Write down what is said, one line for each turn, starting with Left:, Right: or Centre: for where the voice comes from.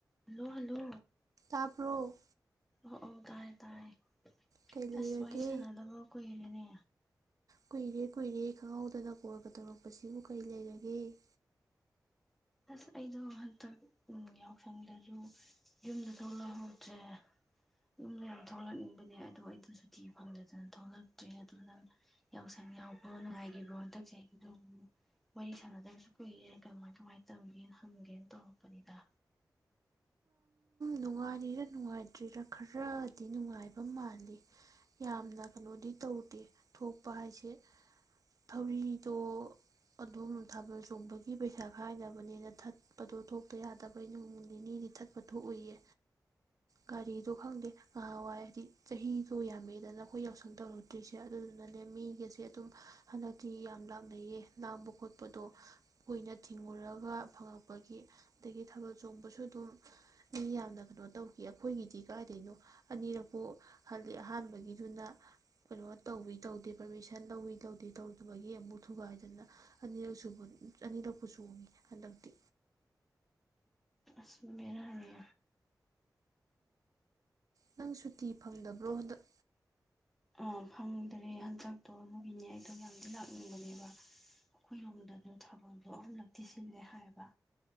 Centre: hello hello
Right: ꯇꯥꯕ꯭ꯔꯣ
Centre: ꯑꯣ ꯇꯥꯏꯌꯦ ꯇꯥꯏꯌꯦ
Right: ꯀꯩ ꯂꯩꯔꯒꯦ
Centre: ꯑꯁ ꯋꯥꯔꯤ ꯋꯥꯔꯤ ꯁꯅꯥꯗꯕ ꯀꯣꯏ ꯔꯦꯅꯤ
Right: ꯀꯨꯏꯔꯦ ꯀꯨꯏꯔꯦ ꯈꯪꯍꯧꯗꯅ ꯀꯣꯜꯒ ꯇꯧꯔꯛꯄꯁꯤꯕꯨ ꯀꯔꯤ ꯂꯩꯔꯒꯦ
Centre: ꯑꯁ ꯑꯩꯗꯣ ꯍꯟꯗꯛ ꯌꯥꯎꯁꯪꯗꯁꯨ ꯌꯨꯝꯗ ꯊꯣꯛꯂꯛꯍꯧꯗ꯭ꯔꯦ ꯌꯨꯝꯗ ꯌꯥꯝ ꯊꯣꯛꯂꯛꯅꯤꯡꯕꯅꯦ ꯑꯗꯣ ꯑꯩꯗ ꯁꯨꯇꯤ ꯐꯪꯗꯗꯅ ꯊꯣꯛꯂꯛꯇ꯭ꯔꯦ ꯑꯗꯨꯅ ꯌꯥꯎꯁꯪ ꯌꯥꯎꯕꯣ ꯅꯨꯡꯉꯥꯏꯈꯤꯕꯣ ꯍꯟꯗꯛꯁꯦ ꯑꯩꯒꯤ ꯑꯗꯨꯝ ꯋꯥꯔꯤ ꯁꯥꯟꯅꯗꯕꯁꯨ ꯀꯨꯏꯔꯦ ꯀꯃꯥꯏ ꯀꯃꯥꯏ ꯃꯇꯝ ꯇꯝꯒꯦꯅ ꯍꯝꯒꯦꯅ ꯇꯧꯔꯛꯄꯅꯤꯗ
Right: ꯅꯨꯡꯉꯥꯏꯔꯤꯔꯥ ꯅꯨꯡꯉꯥꯏꯇ꯭ꯔꯤꯔꯥ ꯈꯔꯗꯤ ꯅꯨꯡꯉꯥꯏꯕ ꯃꯥꯜꯂꯤ ꯌꯥꯝꯅ ꯀꯩꯅꯣꯗꯤ ꯇꯧꯗꯦ ꯊꯣꯛꯄ ꯍꯥꯏꯁꯦ ꯊꯧꯔꯤꯗꯣ ꯑꯗꯣꯝ ꯊꯥꯕꯜ ꯆꯣꯡꯕꯒꯤ ꯄꯩꯁꯥ ꯈꯥꯏꯗꯕꯅꯤꯅ ꯊꯠꯄꯗꯣ ꯊꯣꯛꯇ ꯌꯥꯗꯕꯩ ꯅꯣꯡ ꯅꯤꯅꯤ ꯊꯠꯄ ꯊꯣꯛ ꯎꯏꯌꯦ ꯒꯥꯔꯤꯗꯣ ꯈꯪꯗꯦ ꯉꯍꯥꯟꯋꯥꯏ ꯍꯥꯏꯗꯤ ꯆꯍꯤꯗꯣ ꯌꯥꯝꯃꯦꯗꯅ ꯑꯩꯈꯣꯏ ꯌꯥꯎꯁꯪ ꯇꯧꯔꯨꯗ꯭ꯔꯤꯁꯦ ꯑꯗꯨꯗꯨꯅꯅꯦ ꯃꯤꯒꯁꯦ ꯑꯗꯨꯝ ꯍꯟꯗꯛꯇꯤ ꯌꯥꯝ ꯂꯥꯛꯅꯩꯌꯦ ꯂꯥꯡꯕ ꯈꯣꯠꯄꯗꯣ ꯀꯣꯏꯏꯅ ꯊꯤꯡꯉꯨꯔꯒ ꯐꯪꯉꯛꯄꯒꯤ ꯑꯗꯒꯤ ꯊꯕꯜ ꯆꯣꯡꯕꯁꯨ ꯑꯗꯨꯝ ꯃꯤ ꯌꯥꯝꯅ ꯀꯩꯅꯣ ꯇꯧꯈꯤ ꯑꯩꯈꯣꯏꯒꯤꯗꯤ ꯀꯥꯏꯗꯣꯏꯩꯅꯣ ꯑꯅꯤꯔꯛꯄꯨ ꯍꯜꯂꯤ ꯑꯍꯥꯟꯕꯒꯤꯗꯨꯅ ꯀꯩꯅꯣ ꯇꯧꯋꯤ ꯇꯧꯗꯦ ꯄꯔꯃꯤꯁꯟ ꯂꯧꯋꯤ ꯇꯧꯗꯦ ꯇꯧꯗꯕꯒꯤ ꯑꯃꯨꯛ ꯊꯨꯒꯥꯏꯗꯅ ꯑꯅꯤꯔꯛꯁꯨ ꯑꯅꯤꯔꯛꯄꯨ ꯆꯣꯡꯉꯤ ꯍꯟꯗꯛꯇꯤ
Centre: ꯑꯁ ꯕꯦꯔꯥꯅꯤ
Right: ꯅꯪ ꯁꯨꯇꯤ ꯐꯪꯗꯕ꯭ꯔꯣ ꯍꯟꯗꯛ
Centre: ꯑꯥ ꯐꯪꯗ꯭ꯔꯦ ꯍꯟꯗꯛꯇꯣ ꯑꯗꯨꯒꯤꯅꯦ ꯑꯩꯗꯣ ꯌꯥꯝꯗꯤ ꯂꯥꯛꯅꯤꯡꯕꯅꯦꯕ ꯑꯩꯈꯣꯏꯔꯣꯝꯗꯁꯨ ꯊꯥꯕꯜꯗꯣ ꯑꯍꯨꯝꯂꯛꯇ ꯊꯤ ꯁꯤꯜꯂꯦ ꯍꯥꯏꯕ